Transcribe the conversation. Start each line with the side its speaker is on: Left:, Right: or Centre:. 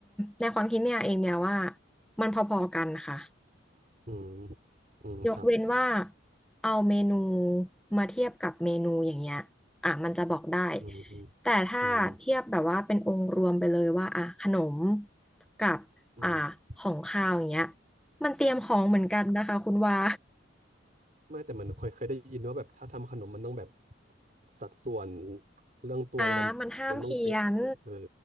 Centre: ในความคิดเนี่ยเองเนี่ยว่ามันพอๆกันค่ะ
Right: อืมอืมครับ
Centre: ยกเว้นว่าเอาเมนูมาเทียบกับเมนูอย่างเงี้ยอ่ะมันจะบอกได้
Right: อืมอืม
Centre: แต่ถ้าเทียบแบบว่าเป็นองค์รวมไปเลยว่าอ่ะขนม
Right: อืม
Centre: กับอ่ะของคาวอย่างเงี้ย
Right: อืม
Centre: มันเตรียมของเหมือนกันนะคะคุณว่า
Right: ไม่แต่มันเคยเคยได้ยินว่าแบบถ้าทำขนมมันต้องแบบ สัดส่วนเรื่องตวงอะไร
Centre: อ่ามันห้ามเพี้ยน
Right: มันต้องเป๊ะใช่ไหมเออ